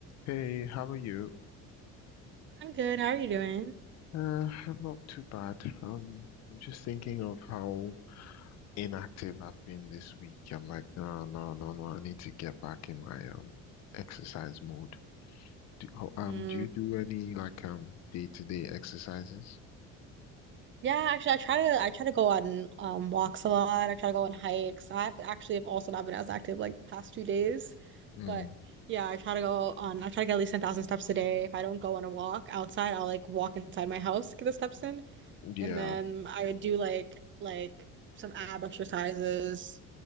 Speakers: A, on the left; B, on the right.
A: Hey, how are you?
B: I'm good. How are you doing?
A: Uh, I'm not too bad. Um, I'm just thinking of how inactive I've been this week. I'm like, no, no, no, no. I need to get back in my um exercise mode. Do, ho-
B: Mm,
A: um, do you do any like um day-to-day exercises?
B: yeah, actually, I try to I try to go on um walks a lot. I try to go on hikes. I've actually have also not been as active like the past two days,
A: Mm,
B: but yeah, I try to go on. I try to get at least ten thousand steps a day. If I don't go on a walk outside, I'll like walk inside my house, get the steps in,
A: yeah.
B: and then I would do like like some ab exercises,